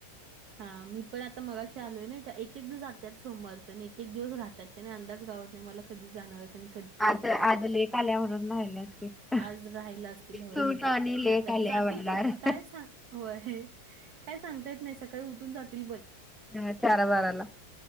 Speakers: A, on the right; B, in the centre.
A: हा मी पण आता मगाशी आलोय ना, त एक -एक दिवस जात्यात सोमवारच नी एक - एक दिवस राहत्यात. त्यान अंदाज घावत नाही मला, कधी जाणार हाय तन
B: आज, -आज लेक आल्या म्हणून राहिल्या असतील,
A: आज राहायला असतील होय.
B: सून आणी
A: नाही
B: लेक
A: जातील
B: आल्या म्हणणार.
A: पण, काय सांग, व्हय, काय सांगता येत नाही सकाळी उठून जातील बल
B: ह चार बाराला